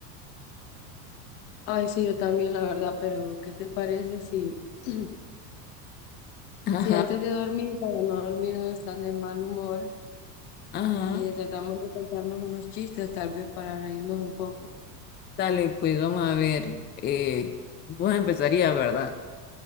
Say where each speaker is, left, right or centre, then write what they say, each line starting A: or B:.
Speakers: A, on the left; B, on the left.
A: Ay, sí, yo también, la verdad, pero ¿qué te parece si, <clears throat>
B: <laughs>
A: si
B: Ajá,
A: antes de dormir, para no dormirnos tan de mal humor,
B: ajá.
A: eh, tratamos de contarnos unos chistes, tal vez para reírnos un poco?
B: Dale, pues vamos a ver. Eh, vos empezarías, ¿verdad?